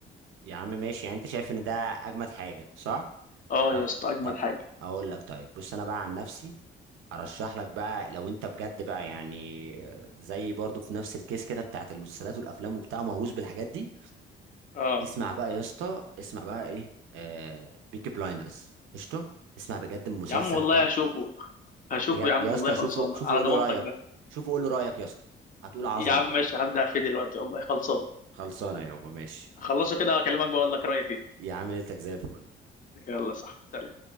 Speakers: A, on the right (about 80°); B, on the left (about 40°).
A: يا عم ماشي يعني انت شايف ان ده اجمد حاجه صح
B: اه
A: طب
B: يسطا اجمد
A: طب
B: حاجه
A: اقول لك طيب بص انا بقى عن نفسي ارشح لك بقى لو انت بجد بقى يعني زي برضو في نفس الكيس كده بتاعت المسلسلات والافلام وبتاع مهووس بالحاجات دي
B: اه
A: اسمع بقى يا اسطى اسمع بقى ايه آه بيكي بلايندرز قشطه اسمع بجد المسلسل
B: يا عم والله
A: ده
B: هشوفه هشوفه
A: بجد
B: يا عم
A: يا
B: والله
A: اسطى
B: خلصان
A: شوفه شوفه
B: على
A: قول
B: ضمانتك
A: له رايك
B: ده
A: شوفه قول له رايك يا اسطى هتقول عظمه
B: يا عم
A: بجد
B: ماشي هبدا فيه دلوقتي والله خلصان
A: خلصانه يابا ماشي
B: هخلصه كده واكلمك بقول لك رايي فيه
A: يا عم ليلتك زي الفل
B: يلا صح سلام